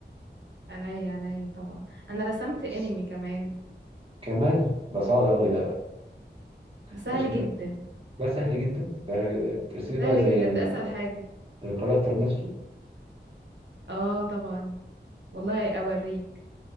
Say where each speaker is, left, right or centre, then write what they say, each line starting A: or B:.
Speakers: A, on the right (about 70°); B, on the right (about 30°).
A: عينيا عينيا طبعا انا رسمت انمي
B: بس
A: كمان
B: كمان ده صعب قوي ده بقى
A: ده سهل
B: بشوف
A: جدا
B: ده سهل جدا ده ترسمي بقى
A: سهل
B: زي
A: جدا
B: ال-
A: ده اسهل حاجة
B: الكاركتر نفسه
A: اه طبعا والله اوريك